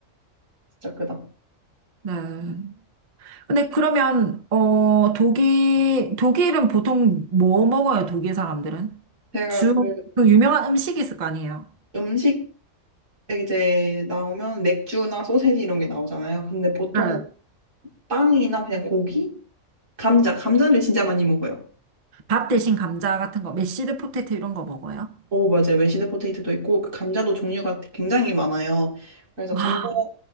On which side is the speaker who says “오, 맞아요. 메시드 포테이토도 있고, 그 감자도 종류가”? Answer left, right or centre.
Right